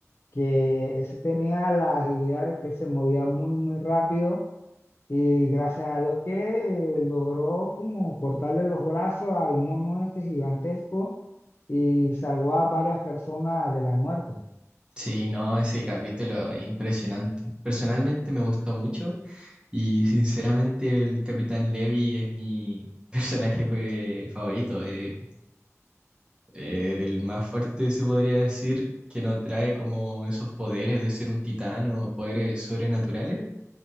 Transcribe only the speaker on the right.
sí, no, ese capítulo impresionante. Personalmente me gustó mucho y sinceramente el Capitán Levi es mi <laughs> personaje pe- favorito. eh, eh, del más fuerte se podría decir, que no trae como esos poderes de ser un titán o poderes sobrenaturales.